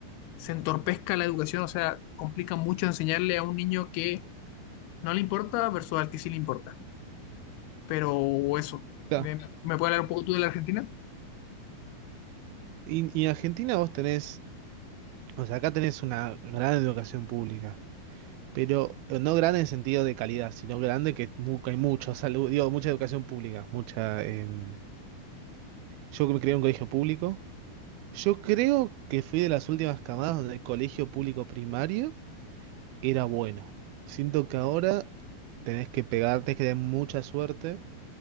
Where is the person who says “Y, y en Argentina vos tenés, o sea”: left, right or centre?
Right